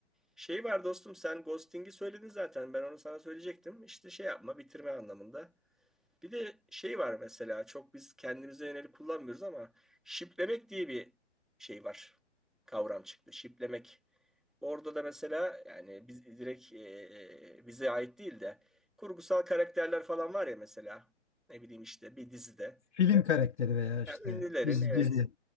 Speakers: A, in the centre; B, on the left.
A: Şey var dostum sen ghosting'i söyledin zaten. Ben onu sana söyleyecektim. İşte şey yapma, bitirme anlamında. Bir de şey var mesela çok biz kendimize yönelik kullanmıyoruz ama şiplemek diye bir şey var. Kavram çıktı. Şiplemek. Orada da mesela yani biz direkt e, e, bize ait değil de kurgusal karakterler falan var ya mesela ne bileyim işte bir dizide.
B: Film karakteri veya işte
A: Yani ünlülerin
B: dizi,
A: evet
B: dizi.